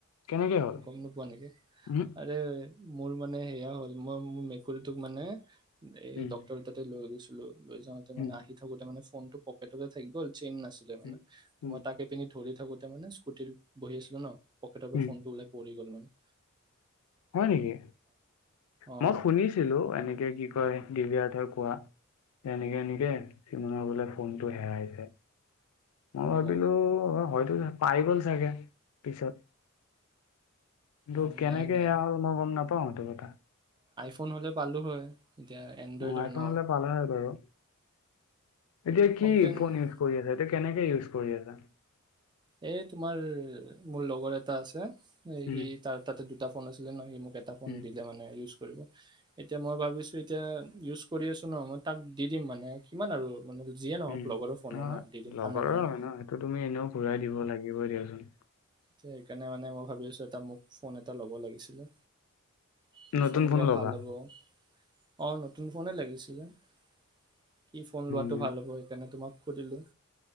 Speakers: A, on the left (about 85°); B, on the right (about 20°).
A: কেনেকে হ'ল?
B: গম ন পোৱা নেকি
A: উম,
B: আৰু মোৰ মানে সেয়া হ'ল মই মোৰ মেকুৰীটোক মানে এই
A: উম,
B: ডক্তৰ তাতে লৈ গৈছো হেল্লো লৈ যাওঁতে
A: উম,
B: মানে আহি থাকোতে মানে ফোনটো পকেটততে থাকি গ'ল চেইন নাচিলে মানে
A: উম, উম,
B: মই তাকে এপিন ধৰি থাকোতে মে স্কটিত বহি আছিলো ন
A: উম,
B: ফোনটো ওলোই পৰি গ'ল মান
A: হয় নেকি
B: অ
A: মই শুনিছিলো এনেকে কি কয় ডি বি আৰথাৰ কোৱা যে এনেকে এনেকে চিমনৰ বোলে ফোনটো হেৰাইছে মই ভাবিলো
B: অ
A: হয়তো পাই গ'ল চাগে পিছত তোক
B: অ
A: কেনেকে
B: নাই নাই
A: এয়া হ'ল মই গম নাপাও সটো কথা
B: ফোন হলে পালো হয় এতিয়া এণ্ড্ৰইড
A: উ আইফোন
B: হয় ন
A: হলে পালা হয় বাৰু এতিয়া কি
B: কমপ্লেইন
A: ফোন ইউজ কৰি আছ এতিয়া কেনেকে ইউজ কৰি আছা
B: এ তোমাৰ মোৰ লগৰ এটা আছে
A: উম,
B: সি ত তাতে দুটা ফোন আছিলে ন হি মোক এটা ফোন
A: উম,
B: দিলে মানে ইউজ কৰিব এতিয়া মই ভাবিছো এতিয়া ইউজ কৰি আছো ন মই তাক দি দিম মানে কিমান আৰু মানে যিয়ে নহওঁক
A: উম,
B: লগৰো ফোন
A: অ',
B: হয় ন দি দিম
A: লগৰৰ
B: ভাল নালাগে ন
A: হয় সেইটো তুমি এনেও ঘূৰাই দিব লাগিবই দিয়াচোন
B: এয়া সেইকাৰণে মানে মই ভাবি আছো এটা মোক ফোন এটা ল'ব লাগিছিলে কি
A: নতুন
B: ফোন লোৱা
A: ল'বা
B: ভাল হ'ব অ নতুন নতুন ফোনে লাগিছিলে কি ফোন
A: উম,
B: লোৱাটো ভাল হ'ব সেইকাৰণে তোমাক সুধিলোঁ